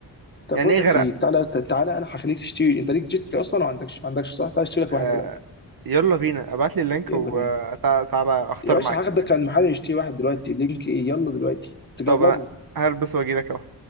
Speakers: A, on the left; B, on the right.
A: طب
B: يعني
A: بقول
B: ايه
A: لك
B: غرق
A: ايه تعالى تعالى انا هخليك تشتري انت ليك جيت كي اصلا ولا ما عندكش ما عندكش صح تعالى اشتري لك
B: آه
A: واحد دلوقتي
B: يلا بينا ابعت لي اللينك
A: يلا
B: وتعالى
A: بينا
B: اختار
A: يا باشا
B: معاك
A: هاخدك على المحل نشتري واحد دلوقتي لينك ايه يلا دلوقتي تجربه
B: طب انا هلبس واجي لك اهو